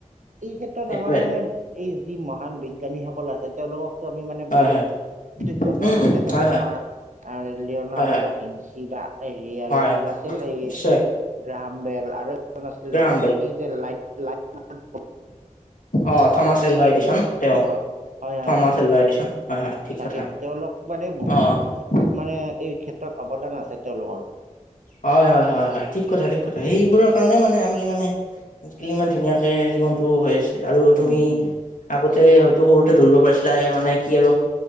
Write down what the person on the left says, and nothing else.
এইটোৱে
হয়
হয়
উম
হয় হয়
হয় হয়
হয়
নিশ্চয়
গ্ৰাম
অঁ'
থমাছৰ
এল এডিচন
তেওঁ।
থমাছৰ
এল এডিচন হয় হয়, ঠিক
কথা
অ'।
হয় হয় হয় হয়, ঠিক কথা ঠিক কথা। এইবোৰৰ কাৰণে মানে আমি মানে- আজিকালি ইমান ধুনীয়াকে জীৱনতো হৈ আছে আৰু
তুমি-
আগতে হয়তো সৰুতে ধৰিব পাৰিছিলা এ মানে কি আৰু-